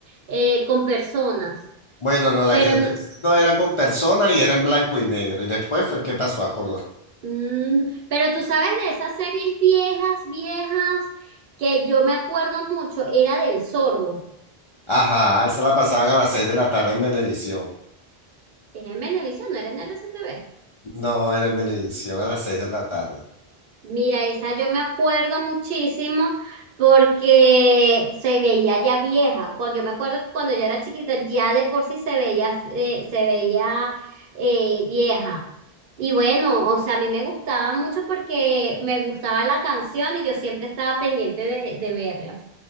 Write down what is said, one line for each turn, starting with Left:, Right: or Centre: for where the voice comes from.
Right: eh, con personas.
Left: Bueno, no, la
Right: Pero,
Left: que te estoy
Right: no-
Left: diciendo era con personas y era en blanco y negro. Y después fue que pasó a color.
Right: mm, pero tú sabes de esas series viejas, viejas, que yo me acuerdo mucho, era del Zorro.
Left: Ajá, esa la pasaban a las seis de la tarde en Venevisión.
Right: Era en Venevisión, no era en R C T V
Left: No, era en Venevisión a las seis de la tarde.
Right: Mira, esa yo me acuerdo muchísimo porque se veía ya vieja. Cuando yo me acuerdo que cuando yo era chiquita, ya de por sí se veía, eh, se veía eh, vieja. Y bueno, o sea, a mí me gustaba mucho porque me gustaba la canción y yo siempre estaba pendiente de, de verla.